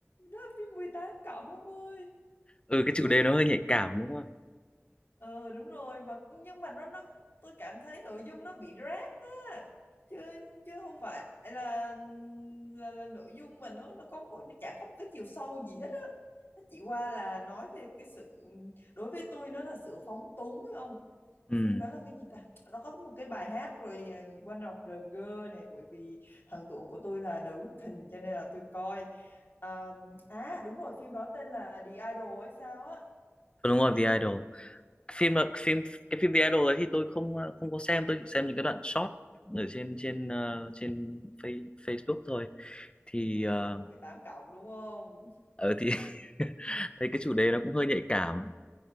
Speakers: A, on the left; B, on the left.
A: đó là phim 18 cộng 40
B: Ừ cái chủ đề nó hơi nhạy cảm đúng không?
A: ờ đúng rồi mà nhưng mà nó nó tôi cảm thấy nội dung nó bị rác á chứ chứ không phải là là, là nội dung mà nó nó có một nó chả có một cái chiều sâu gì hết á nó chỉ qua là nói về cái sự đối với tôi nó là sự phóng túng phải không
B: Ừ,
A: phim đó là cái gì ta nó có một cái bài hát rồi à, One of the Girl này bởi vì thần tượng của tôi là The Weeknd cho nên là tôi coi à, à đúng rồi phim đó tên là The Idol hay sao á
B: đúng rồi, The Idol. phim là phim cái phim The Idol đấy thì tôi không ờ, không có xem tôi chỉ xem những cái đoạn short ở trên trên ờ, trên face, Facebook thôi thì
A: Là
B: ờ
A: short 18 cộng đúng không?
B: ở thì <laughs> thấy cái chủ đề nó cũng hơi nhạy cảm